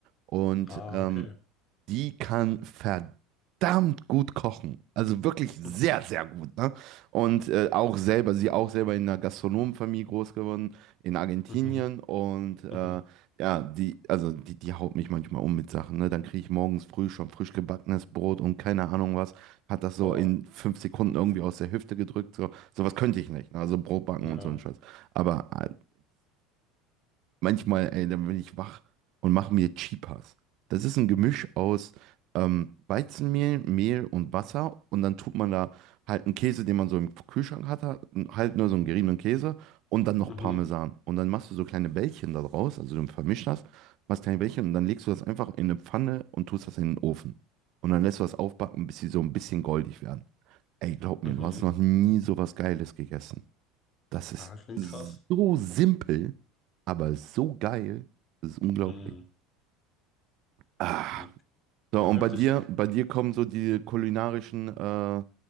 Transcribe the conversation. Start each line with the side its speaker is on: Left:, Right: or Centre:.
Right: Und
Left: Ah,
Right: ähm,
Left: okay.
Right: die kann verdammt gut kochen. Also wirklich
Left: <laughs>
Right: sehr, sehr gut, ne? Und äh, auch selber, sie auch selber in einer Gastronomenfamilie groß geworden, in Argentinien.
Left: Mhm.
Right: Und äh,
Left: Mhm.
Right: ja, die, also die, die haut mich manchmal um mit Sachen, ne? Dann kriege ich morgens früh schon frisch gebackenes Brot und keine Ahnung was. Hat das so
Left: Ah,
Right: in fünf Sekunden irgendwie aus der Hüfte gedrückt. So, sowas könnte ich nicht. Ne? Also Brot backen
Left: ja.
Right: und so ein Scheiß. Aber äh, Manchmal, ey, dann bin ich wach und mache mir Chipas. Das ist ein Gemisch aus ähm, Weizenmehl, Mehl und Wasser. Und dann tut man da halt einen Käse, den man so im Kühlschrank hatte, halt nur so einen geriebenen Käse und dann noch
Left: Mhm.
Right: Parmesan. Und dann machst du so kleine Bällchen da draus, also du vermischst das, machst kleine Bällchen und dann legst du das einfach in eine Pfanne und tust das in den Ofen. Und dann lässt du das aufbacken, bis sie so ein bisschen goldig werden. Ey, glaub
Left: Mhm.
Right: mir, du hast noch nie so was Geiles gegessen. Das ist
Left: Ah, klingt krass.
Right: so simpel, aber so geil. Das ist unglaublich.
Left: Mhm.
Right: Ah.
Left: Mhm.
Right: So,
Left: Ja,
Right: und
Left: heftig.
Right: bei dir, bei dir kommen so die kulinarischen, äh,